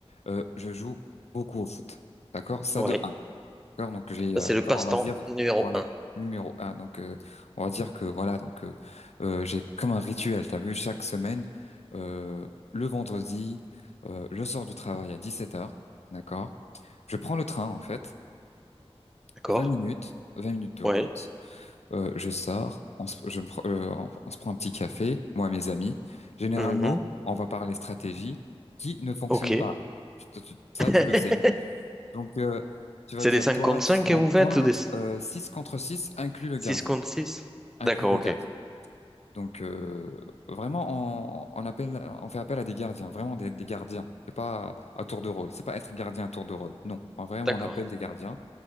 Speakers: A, on the left; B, in the centre.
A: euh, je joue beaucoup au foot. D'accord? Ça,
B: Ouais.
A: de D'accord, donc j'ai,
B: Ça,
A: euh,
B: c'est le
A: quand-
B: passe-temps
A: on va dire,
B: numéro
A: voilà,
B: un.
A: numéro un. Donc, euh, on va dire que voilà, donc euh, euh, j'ai comme un rituel. T'as vu, chaque semaine, euh, le vendredi, euh, je sors du travail à 17h, d'accord. Je prends le train en fait,
B: D'accord?
A: 20 minutes, 20 minutes de route.
B: Ouais.
A: Euh, je sors, on se, je me pr- euh, on, on se prend un petit café, moi et mes amis. Généralement,
B: Mhm.
A: on va parler stratégie qui ne fonctionne
B: Ok.
A: pas. Tu- tu- Ça,
B: <laughs>
A: tu le sais. Donc, euh, tu vas
B: C'est
A: dire,
B: des 5
A: toi,
B: contre
A: tu
B: 5
A: seras
B: que
A: en
B: vous faites
A: pointe,
B: ou des...
A: euh, 6 contre 6, inclus le gardien.
B: 6 contre six,
A: Inclus
B: D'accord,
A: le
B: ok.
A: gardien. Donc, euh, vraiment, on, on appelle, on fait appel à des gardiens, vraiment des, des gardiens. C'est pas à tour de rôle. C'est pas être gardien à tour de rôle. Non. On- Vraiment,
B: D'accord.
A: on appelle des gardiens.